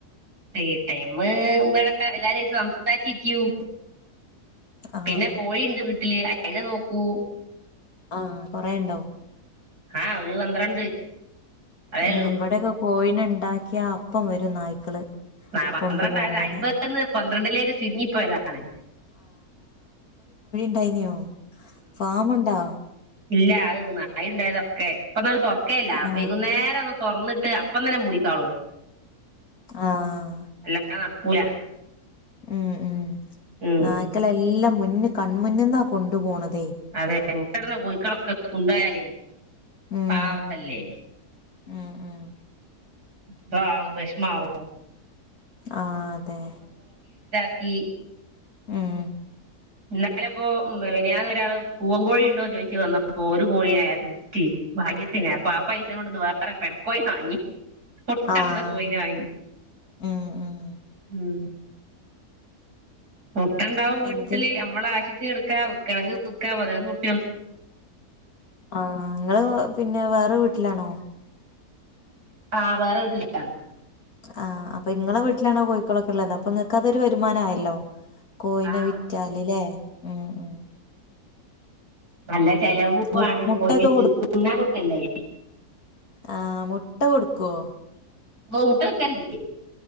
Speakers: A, on the right; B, on the left.
A: ഫ്രീ ടൈം ഇങ്ങനെ എല്ലാരായിട്ട് സംസാരിച്ചിരിക്കും
B: ആഹ്
A: പിന്നെ കോഴിണ്ട് വീ ട്ടില് അയിനെ നോക്കും
B: ആഹ് കൊറേയ്ണ്ടോ
A: ആഹ് ഒരു പന്ത്രണ്ട് അതേ
B: മ്
A: ഉള്ളൂ
B: വ്ടൊക്കെ കോഴിനെ ണ്ടാക്കിയ അപ്പം വരും നായ്ക്കള്
A: ആഹ് പന്ത്രണ്ടായത്
B: കൊണ്ടുപോവാന്
A: അയിമ്പേന്ന് പന്ത്രണ്ടിലേക്ക് ചുരുങ്ങിപ്പോയതാണ്
B: ണ്ടായിനോ ഫാമ്ണ്ടോ
A: ഇല്ല അയ് നായണ്ടായതൊക്കെ ഇപ്പന്നാര തൊറ് ക്കേല്ല
B: ആഹ്
A: വൈകുന്നേരം വൊ തൊർന്ന്ട്ട് അപ്പം തന്നെ മൂടിക്കാളും
B: ആഹ്
A: ല്ല അവ് നടക്കൂല
B: ഉം ഉം
A: ഉം
B: നായ്ക്കളെല്ലാം മു മുന്ന് കൺമുന്ന്ന്നാ കൊണ്ട്പോണത്
A: അതെ മുട്ടട്ണ കോയ്ക്കളൊക്കെ കൊണ്ടോയാലെ <unintelligible>
B: ഉം
A: പാവല്ലേ
B: ഉം ഉം
A: ന്തോ ആവും വെഷ്മാവു
B: ആതെ
A: ക്കി
B: ഉം
A: ഇന്നലെപ്പോ മെനിയാന്ന് ഒരാള് പൂവൻ കോഴിണ്ടോ ചോയ്ച്ച് വന്നപ്പോ ഒരു ഒരു കോഴിയെ അയാക്ക് വിറ്റി ഭാഗ്യ പിന്നേപ്പം ആ പൈസെനോണ്ട്ന്ന് വേ വേറൊര് പെടക്കോയിനെ വാങ്ങി മുട്ടട്ണ
B: ആഹ്
A: കോയിന വാങ്ങി
B: ഉം ഉം
A: ഉം മുട്ടണ്ടാവും വീട്ടില്
B: എന്ത്
A: അമ്മളാശി എട്ക്ക വ്ക്കണങ്ക് വ്ക്കാ പതിനൊന്നുർ
B: ആഹ് ങ്ങള് പിന്നെ വേറെ വീട്ട്ലാണോ
A: ആഹ് വേറെ വീട്ടി <unintelligible>
B: ആഹ് അപ്പൊ ഇങ്ങളെ വീട്ടിലാണോ കോഴിക്കളൊക്ക ള്ളത് അപ്പൊ ങ്ങക്ക് അതൊരു വരുമാനായല്ലോ കോയിന
A: ആഹ്
B: വിറ്റാല് ലേ ഉം ഉം
A: അല്ല ചെലവു
B: മു
A: ആണ്
B: മുട്ടയൊക്കെ
A: കോയ്ക്ക്യക്ക് ത് ന്നാ കൊട്കണ്ടേ
B: ആ മുട്ട കൊടുക്കുവോ
A: ഓ മുട്ട <unintelligible> ക്കൽണ്ട്